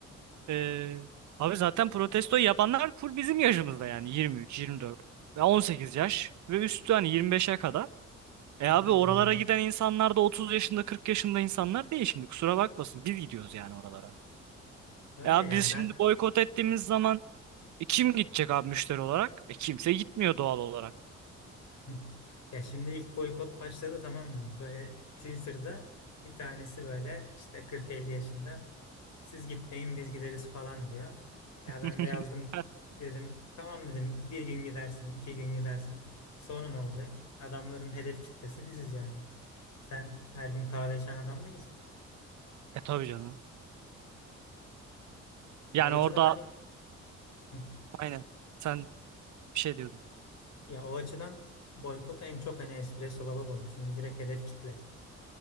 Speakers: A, on the right; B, on the left.
A: ee, abi zaten protesto yapanlar full bizim yaşımızda yani 23, 24 ve 18 yaş ve üstü hani 25'e kadar. E abi
B: aynen
A: oralara
B: öyle.
A: giden insanlar da 30 yaşında 40 yaşında insanlar değil şimdi kusura bakmasın biz gidiyoruz yani oralara.
B: Öyle
A: Ya
B: ya
A: biz şimdi
B: ben
A: boykot ettiğimiz zaman E kim gidecek abi müşteri olarak? E kimse gitmiyor doğal olarak.
B: Hı. Ya şimdi ilk boykot başladı tamam mı? Böyle Twitter'da bir tanesi böyle işte 40-50 yaşında siz gitmeyin biz gideriz falan diyor. Ya
A: <laughs>
B: ben de yazdım dedim tamam dedim bir gün gidersin iki gün gidersin sonra ne olacak? Adamların hedef kitlesi biziz yani. Sen her gün kahve içen adam değilsin.
A: E tabii canım. Yani
B: Ya o açıdan
A: orada
B: hani Hı.
A: aynen sen bir şey diyordun.
B: ya o açıdan boykot en çok hani espresso lava vurdu çünkü direkt hedef kitle